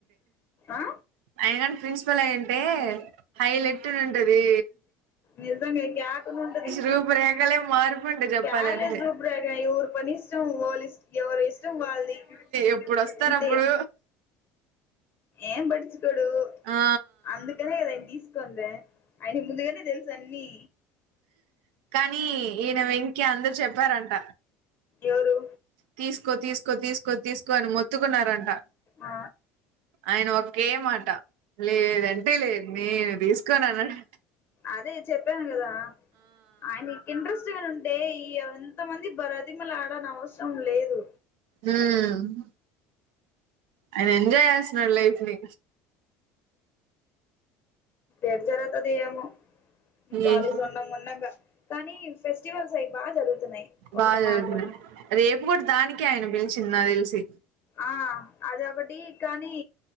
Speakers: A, on the left; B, on the right.
A: అ
B: అయన గాని ప్రిన్సిపల్ అయుంటే హైలెట్టునుంటదీ
A: నిజంగే క్యాకు ను ఉంటది.
B: రూపురేఖలే మారిపోంటాయి చెప్పాలంటే
A: క్యాలేజ్ రూపు రేక ఎవరు పని ఇష్టం వోళిష్ట్ ఎవరు ఇష్టం వాళ్ళది
B: ఎప్పుడొస్తారప్పుడు
A: అంతే ఏం బాటించుకోడు
B: ఆ
A: అందుకనే కదా ఆయన్ తీసుకుందే ఆయన ముందుగానే తెల్సన్ని
B: కానీ ఈనా వెంకి అందరు చెప్పారంట
A: ఎవరు
B: తీసుకో తీస్ స్కో తీసుకో తీసుకో అని మొత్తుకున్నారంట
A: ఆ
B: ఆయన ఒ కే మాట లేదంటే లేదు నేను తీసుకోన్నానడంట
A: అదే చెప్పాన్ గదా ఆయనకు ఇంట్రెస్ట్ గని ఉంటే ఈ ఎంత మంది బ్రతిమలాడన్ అవసరం లేదు
B: ఉమ్మ్ అయిన ఎంజాయ్ చేస్తున్నాడు లైఫ్ని
A: ఏం జరుగుత్తదేమో కాలేజ్
B: ఏ
A: ఉండంగా ఉండంగా కానీ ఫెస్టివల్స్ అవి బాగా జరుగుతున్నాయి ఒకటి
B: బాగా చదువుతున్నాడు
A: మాత్రం
B: రేపు గుడ్ దానికే ఆయన పిలిచింది నాక్ తెలిసి
A: ఆ అదొకటి కానీ